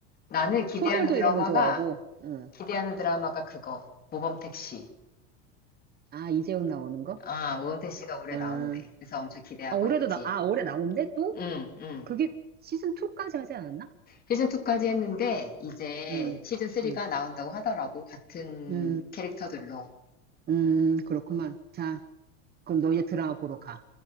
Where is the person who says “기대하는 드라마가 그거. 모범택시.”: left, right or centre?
Left